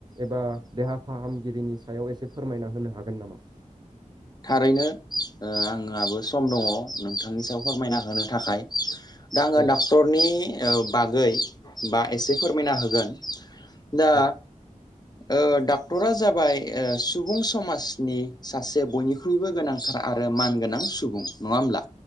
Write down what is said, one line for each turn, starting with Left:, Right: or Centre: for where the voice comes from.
Right: एबा देहा फाहामगिरिनि सायाव एसे फोरमायना होनो हागोन नामा?
Left: थारैनो आंहाबो सम दङ नोंथांनि सायाव फोरमायना होनो थाखाय। दा आङो
Right: औ
Left: डाक्टरनि ओ बागै बा एसे फोरमायना होगोन दा
Right: औ
Left: ओ डक्टरा जाबाय ओ सुबुं समाजनि सासे बयनिख बख्रुइबो गोनांथार आरो मानगोनां सुबुं नङा होमब्ला